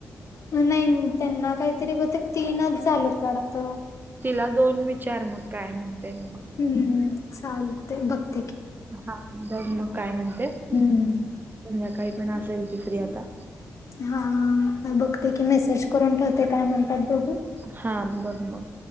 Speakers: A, on the left; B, on the right.
A: नाही त्यांना काहीतरी बहुतेक तीनच झालेत वाडत.
B: तिला दोन विचार मग काय म्हणतेय मग.
A: हम्म चालतय बघ
B: हा बघ मग काय म्हणते. संध्याकाळी
A: हम्म
B: पण असेल ती फ्री आता.
A: हा आता बघते की मेसेज करून ठेवते काय म्हणतात बघु.
B: हा बघ मग